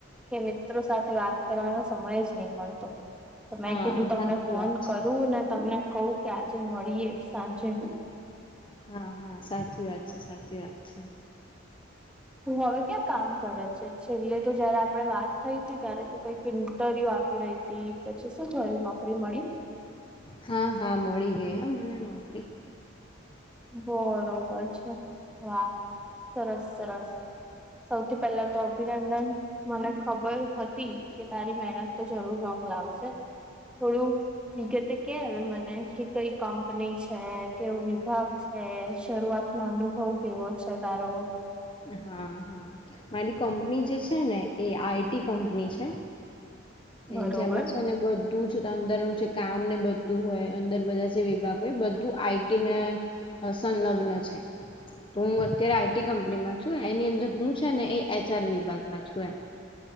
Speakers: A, in the centre; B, on the left (about 25°).
A: કે મિત્રો સાથે વાત કરવાનો સમય જ નહીં મળતો તો મેં
B: હા
A: કીધું તમને
B: સાચી
A: ફોન
B: વાત છે.
A: કરું ને તમને કહ કે આજે મળીએ સાંજે
B: હા હા સાચી વાત છે સાચી વાત છે
A: તું હવે ક્યાં કામ કરે છે છેલ્લે તો જયારે આપડે વાત થઈ હતી ત્યારે તું કંઈક ઇન્ટરવ્યુ આપી રહી પછી શું થયું નોકરી મળી?
B: હા હા મળી ગઈ હ મને નોકરી
A: બરોબર છે હા સરસ સરસ સૌથી પહેલા તો અભિનંદન. મને ખબર હતી કે તારી મહેનત તો જરૂર રંગ લાવશે થોડું વિગતે કે હ મને કે કઈ કંપની છે કેવ વિભાગ છે શરૂઆત નો અનુભવ કેવો છે તારો?
B: હા હા મારી કંપની જે છે ને એ આઈટી કંપની છે.
A: બરોબર
B: એ જમા છે ને બ બધું છે અંદરનું જે કામ ને બધું હોય અંદર બધા જે વિભાગ હોય બધું આઈટીને સંલગ્ન છે તો હું અત્યારે આઈટી કંપનીમાં છું એની અંદર હું છે ને એ એચઆર વિભાગમાં છું એમ.